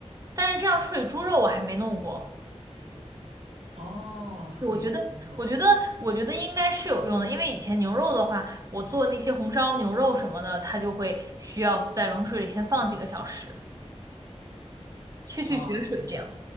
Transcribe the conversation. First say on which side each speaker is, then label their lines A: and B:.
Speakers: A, on the right; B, on the right.
A: 但是这样处理猪肉我还没弄过。
B: 哦，处理牛肉
A: 我觉得，我觉得，我觉得应该是有用的，因为以前牛肉的话，我做那些红烧牛肉什么的，它就会需要在冷水里先放几个小时，去去血水这样。
B: 啊